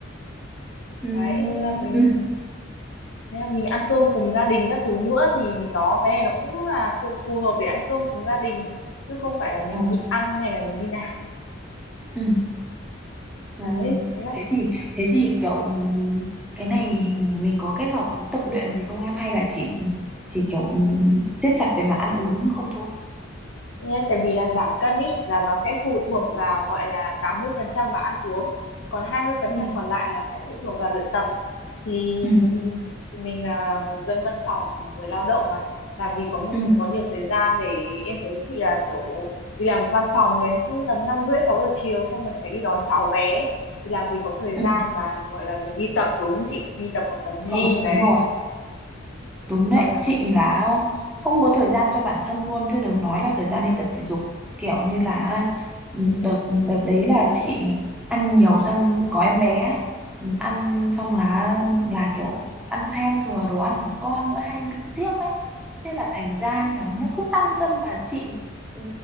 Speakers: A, in the centre; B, on the left.
A: ừ
B: đấy thế là mình
A: ừ
B: thế là mình ăn cơm cùng gia đình các thứ nữa thì nó cái này nó cũng là phù, phù hợp để ăn cơm cùng gia đình chứ không phải là mình
A: ờ,
B: nhịn ăn hay là mình như nào
A: ừ ừ
B: đấy thế
A: thế thì thế thì kiểu cái này mình có kết hợp với tập luyện gì không em hay là chỉ chỉ kiểu siết chặt về mặt ăn uống không thôi
B: Nghe, tại vì là giảm cân ý là nó sẽ phụ thuộc
A: ừ
B: vào gọi là 80% vào ăn uống còn hai mươi phần
A: ừ
B: trăm còn lại là sẽ phụ thuộc vào luyện tập thì
A: ừ
B: ừm, mình là dân văn phòng người lao động mà làm gì có một
A: ừ
B: có nhiều thời gian để em thấy chị là kiểu đi làm văn phòng đến tầm năm rưỡi sáu giờ chiều xong rồi phải đi đón cháu bé thì làm gì có thời
A: ừ.
B: gian mà gọi là mình đi tập đúng không chị đi tập ở phòng gym
A: ờ
B: này
A: đúng rồi Đúng đấy,
B: rồi làm
A: chị
B: việc
A: là không có thời gian cho bản thân luôn chứ đừng nói là thời gian đi tập thể dục. Kiểu như là ừ, đợt đợt đấy là chị ăn nhiều xong có em bé ấy. Ừ, ăn xong là là kiểu ăn hay ăn thừa đồ ăn của con nữa hay bị tiếc ấy. Thế là thành ra kiểu nó cứ tăng cân mà chị ừ,